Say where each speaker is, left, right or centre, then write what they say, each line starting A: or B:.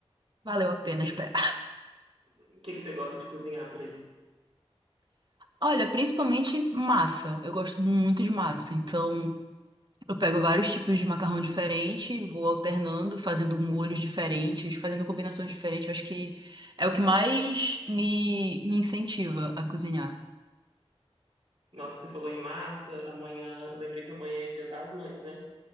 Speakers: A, on the right (about 45°); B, on the right (about 70°).
A: valeu a pena
B: O que
A: esperar.
B: que, o que que você gosta de cozinhar por aí?
A: Olha, principalmente massa. Eu gosto muito de massa. Então. Eu pego vários tipos de macarrão diferente, vou alternando, fazendo molhos diferentes, fazendo combinações diferentes. Eu acho que é o que mais me, me incentiva a cozinhar.
B: Nossa, você falou em massa, amanhã, eu lembrei que amanhã é Dia das Mães, né?